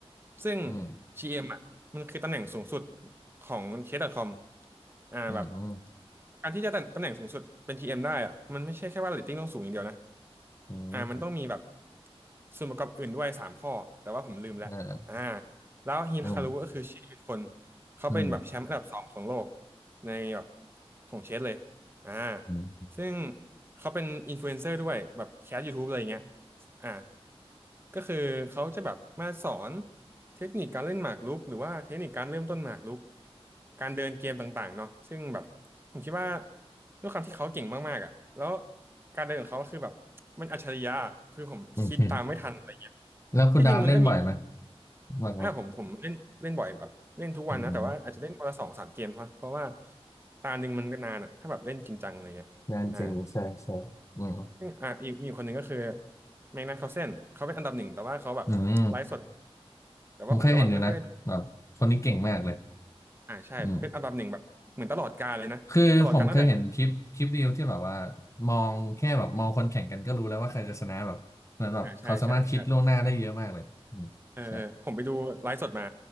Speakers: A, on the right; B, on the left.
A: ซึ่ง
B: อืม
A: GM อมอ่ะมันคือตำแหน่งสูงสุดของเชฟด .com อมอ่าแบบ
B: อืมอืม
A: การที่จะตำตำแหน่งสูงสุดเป็น GM ได้อ่ะมันไม่ใช่แค่ว่าเรตติ้งต้องสูงอย่างเดียวนะ
B: อืม
A: อ่ามันต้องมีแบบส่วนประกอบอื่นด้วยสามข้อแต่ว่าผมลืมแล้วอ่า
B: เออ
A: แล้วฮิคารุก็คือชื่ออีกคน
B: อืม
A: เขาเป็นแบบแชมป์อันดับสองของโลก
B: อืม
A: ในแบบของเชสเลยอ่า
B: อืม
A: ซึ่งเขาเป็นอินฟลูเอนเซอร์ด้วยแบบแคส YouTube อะไรอย่างเงี้ยอ่าก็คือเขาจะแบบมาสอนเทคนิคการเล่นหมากรุกหรือว่าเทคนิคการเริ่มต้นหมากรุกการเดินเกมต่างๆเนาะซึ่งแบบผมคิดว่าด้วยความที่เขาเก่งมากๆอ่ะแล้วการเดินของเขาก็คือแบบมันอัจฉริยะคือผมคิดตามไม่ทันอะไรเงี้ย
B: อืมแล้วคุณดามเล่นบ่อยไหม
A: ที่จริงมันก็มี
B: บ่อยครับ
A: อ่าผมผมเล่นเล่นบ่อยแบบเล่นทุกวันนะแต่ว่าอาจจะเล่นวันละสองสามเกมเพราะเพราะว่า
B: อืม
A: ตาหนึ่งมันก็นานอ่ะถ้าแบบเล่นจริงจังอะไรเงี้ยอ่า
B: งานจริงใช่ใช่อืม
A: ซึ่งอ่ะอีกมีคนหนึ่งก็คือแมกนัสคาร์ลเซนเขาเป็นอันดับหนึ่งแต่ว่าเขาแบบไลฟ์สด
B: อืม
A: แต่ว่าผมก็แบบไม่ค่อยได้ดู
B: ผมเคยเห็นอยู่นะแบบคนนี้เก่งมากเลย
A: อ่าใช่เป็นอันดับหนึ่งแบบเหมือนตลอดกาลเลยนะตลอดกาลตั้งแต่
B: อืมคือผมเคยเห็นคลิปคลิปเรียวที่แบบว่ามองแค่แบบมองคนแข่งกันก็รู้แล้วว่าใครจะชนะแบบเหมือนแบบเขาสามารถคิดล่วงหน้าได้เยอะมากเลยอืมใช่
A: อ่าใช่ใช่ใช่เออเออผมไปดูไลฟ์สดมา